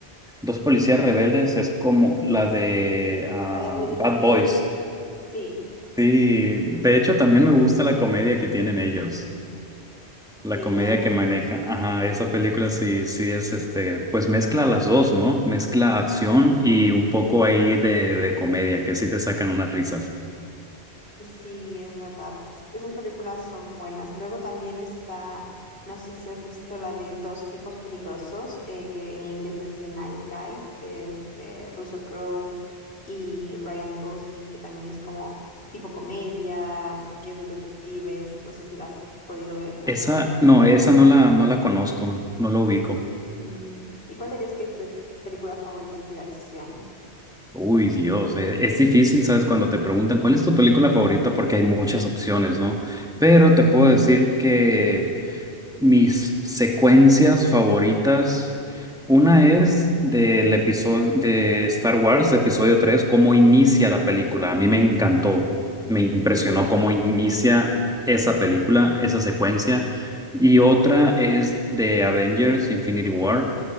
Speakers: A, in the centre; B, on the left (about 70°).
A: Dos policías rebeldes es como la de ah,
B: La de Will
A: Bad
B: Smith
A: Boys.
B: y... Sí,
A: Sí, de hecho también me gusta la comedia que tienen ellos, la
B: sí,
A: comedia que maneja. Ajá, esa película sí, sí es este, pues mezcla las dos, ¿no? Mezcla acción y un poco ahí de, de comedia, que sí te sacan unas risas.
B: Sí, es verdad. Esas películas son buenas. Luego también está, no sé si has visto la de Dos tipos peligrosos, eh, que en inglés es The Nice Guys, que es eh, Russell Crowe y Ryan Gosling, que también es como tipo comedia, que es de detectives. No sé si la has podido ver alguna
A: Esa,
B: vez.
A: no, esa no la, no la conozco, no la ubico.
B: Mm, ¿Y cuál dirías que es tu película favorita así de acción?
A: Uy, Dios, e- es, difícil, ¿sabes? Cuando te preguntan cuál es tu película favorita, porque hay muchas opciones, ¿no? Pero te puedo decir que Mis secuencias favoritas, una es del episodio de Star Wars, episodio 3 cómo inicia la película. A mí me encantó, me impresionó cómo inicia esa película, esa secuencia. Y otra es de Avengers Infinity War,